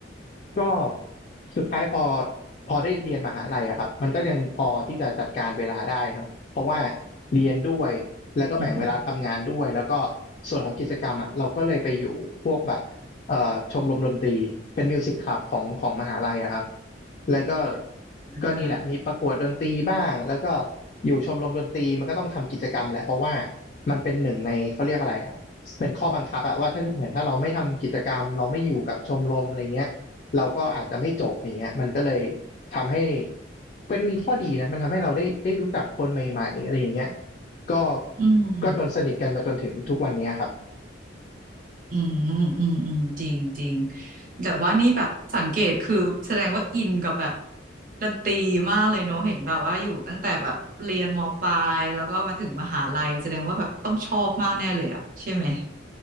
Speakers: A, on the left; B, on the right.
A: ก็สุดท้ายพอพอได้เรียนมหาลัยอะครับมันก็ยังพอที่จะจัดการเวลาได้เนาะเพราะว่าเรียนด้วยแล้วก็แบ่งเวลาทำงานด้วยแล้วก็
B: อืม
A: ส่วนของกิจกรรมอะเราก็เลยไปอยู่พวกแบบเอ่อชมรมดนตรีเป็นมิวสิกคลับของของมหาลัยอะครับแล้วก็
B: อ่า
A: ก็นี่แหละมีประกวดดนตรีบ้างแล้วก็อยู่ชมรมดนตรีมันก็ต้องทำกิจกรรมแหละเพราะว่ามันเป็นหนึ่งในเขาเรียกอะไรอะเป็นข้อบังคับอะว่าถ้าเหมือนถ้าเราไม่ทำกิจกรรมเราไม่อยู่กับชมรมอะไรเงี้ย เราก็อาจจะไม่จบอย่างเงี้ยมันก็เลยทำให้เป็นมีข้อดีนะมันทำให้เราได้ได้รู้จักคนใหม่ๆอะไรอย่างเงี้ยก็
B: อืม
A: ก็จนสนิทกันมาจนถึงทุกวันเนี้ยครับ
B: อืมอืมอืมจริงจริงแต่ว่านี่แบบสังเกตคือแสดงว่าอินกับแบบดนตรีมากเลยเนอะเห็นแบบว่าอยู่ตั้งแต่แบบเรียนมปลายแล้วก็มาถึงมหาลัยแสดงว่าแบบต้องชอบมากแน่เลยอะใช่ไหม